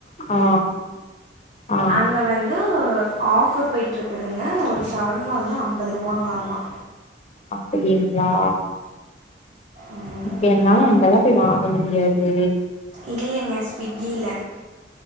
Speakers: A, on the left (about 35°); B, on the right (about 40°).
A: ஆ ஆ
B: அங்க வந்து ஆஃபர் போய்ட்டுருக்குதுங்க ஒரு ஷவர்மா வந்து அம்பது ரூவாங்களாமா
A: அப்டிங்ளா
B: ம்,
A: இப்ப என்னால அங்கலா போய் வாங்க முடியாது
B: இல்லங்க ஸ்விக்கியில